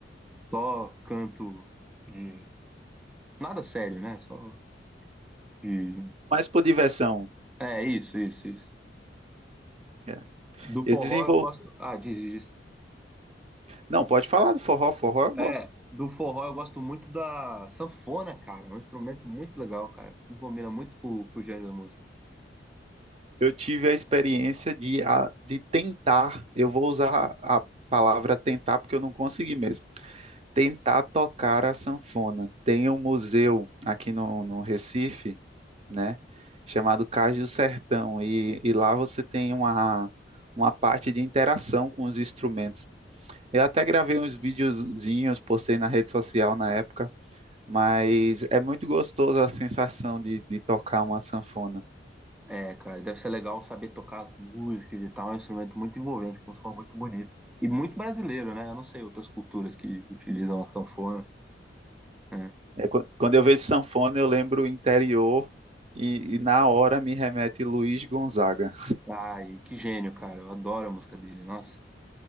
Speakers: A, in the centre; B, on the right (about 35°).
A: só canto de nada sério, né? Só de.
B: Mas por diversão.
A: É, isso, isso, isso.
B: é.
A: Do
B: Eu
A: forró
B: desenvolvo.
A: eu gosto. Ah, diz, diz. diz.
B: Não, pode falar do forró. Forró eu gosto.
A: É, do forró eu gosto muito da sanfona, cara. É um instrumento muito legal, cara. Combina muito com, com o gênero da música.
B: eu tive a experiência de, a- de tentar, eu vou usar a palavra tentar porque eu não consegui mesmo, tentar tocar a sanfona. Tem um museu aqui no, no Recife, né, chamado Cais do Sertão, e, e lá você tem uma, uma parte de interação com os instrumentos. Eu até gravei uns videozinhos, postei na rede social na época, mas é muito gostoso a sensação de, de tocar uma sanfona.
A: É, cara, deve ser legal saber tocar as músicas e tal. É um instrumento muito envolvente, com um som muito bonito. E muito brasileiro, né? Eu não sei outras culturas que utilizam a sanfona. né?
B: É, quan- quando eu vejo sanfona, eu lembro interior e, e na hora me remete Luiz Gonzaga.
A: Ai, que gênio, cara. Eu adoro a música dele, nossa.